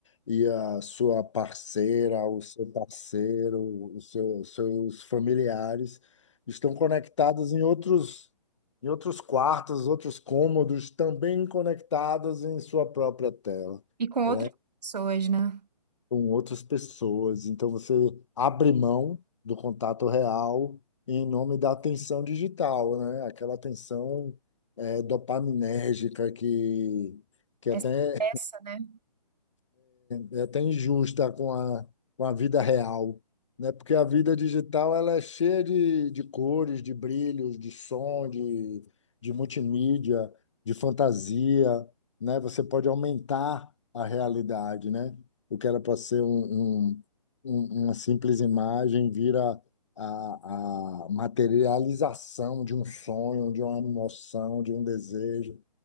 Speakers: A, on the left; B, on the right.
A: e a sua parceira, o seu parceiro, os seus, seus familiares estão conectados em outros, em outros quartos, outros cômodos, também conectados em sua própria tela,
B: E com
A: né?
B: outras pessoas, né?
A: com outras pessoas. Então, você abre mão do contato real em nome da atenção digital, né? Aquela atenção eh, dopaminérgica que, que
B: Essa
A: até
B: peça, né?
A: é até injusta com a, com a vida real, né? Porque a vida digital ela é cheia de, de cores, de brilhos, de som, de, de multimídia, de fantasia, né? Você pode aumentar a realidade, né? O que era para ser um, um- um- uma simples imagem vira a, a materialização de um sonho, de uma emoção, de um desejo.